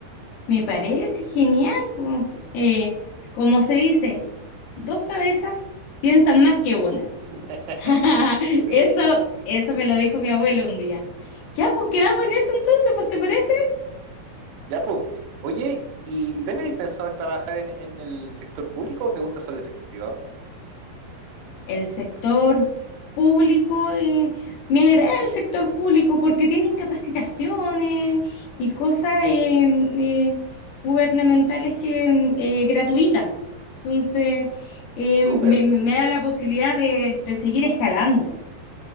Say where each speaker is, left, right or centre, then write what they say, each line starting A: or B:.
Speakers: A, on the left; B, on the right.
A: Me parece genial, pues, eh, como se dice, dos cabezas piensan más que una.
B: <laughs>
A: <laughs>
B: Sí,
A: Eso,
B: pues.
A: eso me lo dijo mi abuelo un día. Ya, pues quedamos en eso entonces, pues ¿te parece?
B: Ya, pues. Oye, ¿y, y también hay pensado en trabajar en, en el sector público o te gusta solo el sector privado?
A: El sector público, eh, me agrada el sector público porque tienen capacitaciones y cosas eh, eh, gubernamentales que eh, gratuitas. Entonces, eh, me,
B: Súper.
A: me da la posibilidad de de seguir escalando.